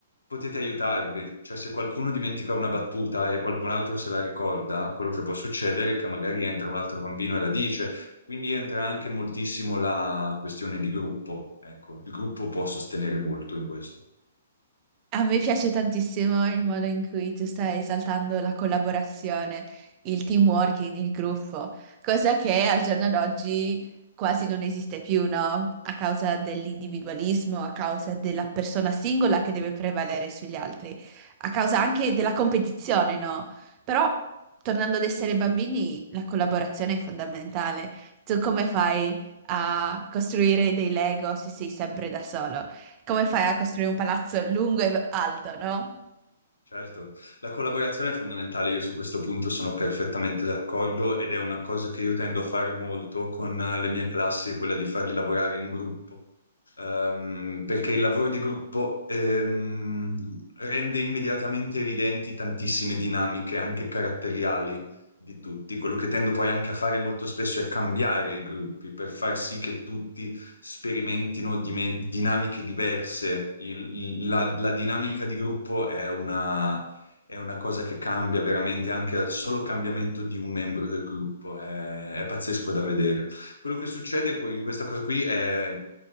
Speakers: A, on the left (about 70°); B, on the right (about 30°).
A: potete aiutarvi, cioè se qualcuno dimentica una battuta e qualcun altro se la ricorda, quello che può succedere è che magari entra un altro bambino e la dice, quindi entra anche moltissimo la questione di gruppo, ecco, il gruppo può sostenere molto in questo.
B: A me piace tantissimo il modo in cui tu stai esaltando la collaborazione, il teamwork, in il gruppo, cosa che al giorno d'oggi quasi non esiste più, no? A causa dell'individualismo, a causa della persona singola che deve prevalere sugli altri, a causa anche della competizione, no? Però, tornando ad essere bambini, la collaborazione è fondamentale. Tu come fai a costruire dei Lego se sei sempre da solo? come fai a costruire un palazzo lungo e alto, no?
A: Certo, la collaborazione è fondamentale, io su questo punto sono perfettamente d'accordo ed è una cosa che io tendo a fare molto con eh, le mie classi, quella di farli lavorare in gruppo. ehm, perché il lavoro di gruppo ehm, rende immediatamente evidenti tantissime dinamiche, anche caratteriali di tutti. Quello che tendo poi anche a fare molto spesso è cambiare i gruppi per far sì che tutti sperimentino dime- dinamiche diverse. Il- il- la, la dinamica di gruppo è una, è una cosa che cambia veramente anche al solo cambiamento di un membro del gruppo. È, è pazzesco da vedere. Quello che succede qui- in questa cosa qui è